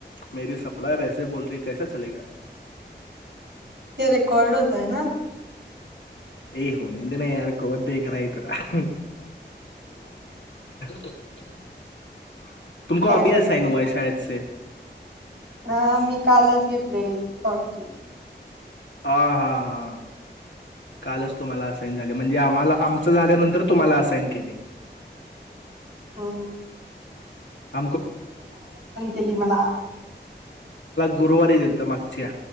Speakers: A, on the left; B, on the right.
A: मेरी सपलाय वेसा बोले कैसा चलेगा
B: हे रेकॉड हो तय ना
A: ये होने देना खलायतार <inaudible> तुमको
B: क्या
A: अभी असायन
B: करेंगे
A: हुआ है शायद से
B: हा मी कालच घेतलोय रात्री
A: हा हा हा कालच तुम्हाला असाईन झाले म्हणजे आम्हाला आमच झाल्यानंतर तुम्हाला असाईन केलय
B: हा
A: <inaudible>
B: केली मला
A: गुरुवारी दिलतं मागच्या